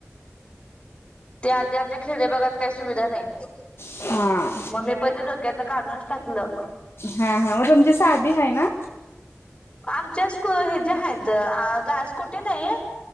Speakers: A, on the left (about 20°); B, on the left (about 60°).
A: ते आदी आमच्या खेडे बागात काही सुविधा नाहीत,
B: हा
A: मग मी पण ते डोक्यातन काढूनच टाकलं.
B: हा हा मग तुमची साधी आहे ना
A: आमच्या स्कुल हे ज्या त आ घास कुठे नाही.